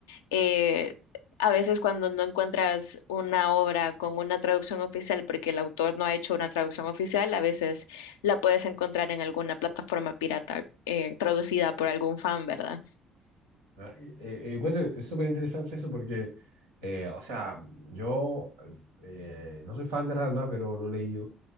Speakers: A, on the left; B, on the right.
A: eh, a veces cuando no encuentras una obra con una traducción oficial, porque el autor no ha hecho una traducción oficial, a veces la puedes encontrar en alguna plataforma pirata eh, traducida por algún fan, ¿verdad?
B: Ah, eh, eh, encuentro- es súper interesante eso porque, eh, o sea, yo eh, no soy fan de Ranma, pero lo leí